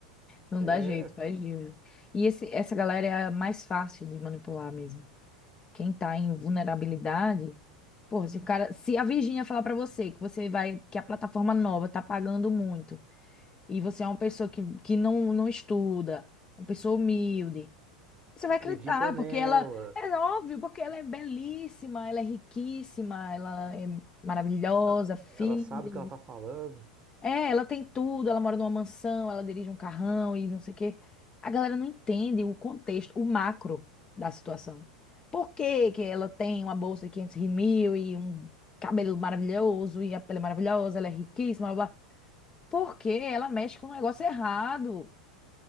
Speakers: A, on the left; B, on the right.
A: Não
B: É,
A: dá jeito, faz dívida. E esse, essa galera é a mais fácil de manipular mesmo. Quem tá em vulnerabilidade, porra, se o cara, se a Virgínia falar pra você que você vai, que a plataforma nova tá pagando muito e você é uma pessoa que, que não, não estuda, uma pessoa humilde, você
B: acredita
A: vai acreditar,
B: nela.
A: porque ela é óbvio, porque ela é belíssima, ela é riquíssima, ela é maravilhosa,
B: A-
A: filha,
B: Ela sabe o que ela está falando.
A: é, ela tem tudo, ela mora numa mansão, ela dirige um carrão e não sei o quê. A galera não entende o contexto, o macro da situação. Por que que ela tem uma bolsa de 500 mil e um cabelo maravilhoso e a pele maravilhosa, ela é riquíssima, blá, blá. Porque ela mexe com um negócio errado.